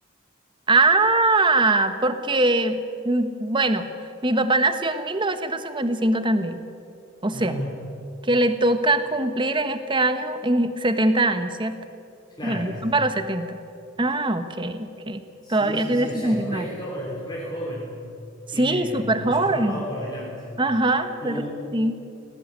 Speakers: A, on the right; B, on the left.
A: Ah, porque, mm, bueno, mi papá nació en 1955 también. O sea.
B: ajá,
A: que le toca cumplir en este año, en setenta años, ¿cierto?
B: claro,
A: Bueno, mi papá los setenta Ah, ok, ok.
B: sí,
A: Todavía
B: sí,
A: tiene
B: sí,
A: sesenta
B: o sea, es
A: y
B: re,
A: nueve
B: jo- es re joven,
A: Sí,
B: tiene
A: súper
B: mucho
A: joven.
B: papado por delante.
A: Ajá,
B: Lo-
A: claro que sí.